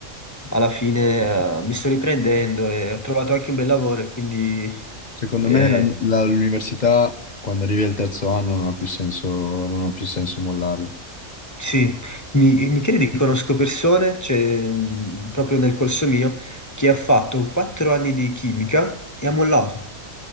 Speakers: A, on the left; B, on the left.
A: alla fine eh, mi sto riprendendo e ho trovato anche un bel lavoro e quindi
B: secondo
A: eh,
B: me la- la- l'università, quando arrivi al terzo anno, non ha più senso, non ha più senso mollarlo.
A: sì, mi, mi credi che conosco persone, cioè, mm, proprio nel corso mio, che ha fatto quattro anni di chimica e ha mollato.